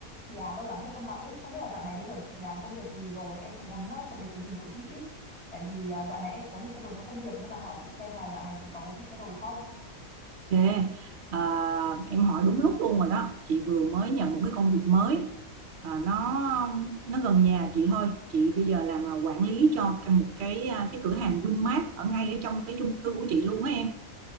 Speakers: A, in the centre; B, on the right (about 55°).
A: Chị à, lâu lắm rồi không gặp ấy, không biết là dạo này bây giờ chị làm công việc gì rồi, em cũng muốn ờ, cập nhật tình hình của chị ý. Tại vì ờ, dạo này em cũng có nhiều thay đổi trong công việc nên là hỏi chị xem là dạo này chị có cái gì thay đổi không.
B: Ok, à, em hỏi đúng lúc luôn rồi đó. Chị vừa mới nhận một cái công việc mới, à, nó nó gần nhà chị thôi. Chị bây giờ làm là quản lý cho cái- một cái à, cái cửa hàng Vinmart ở ngay ở trong cái chung cư của chị luôn á em.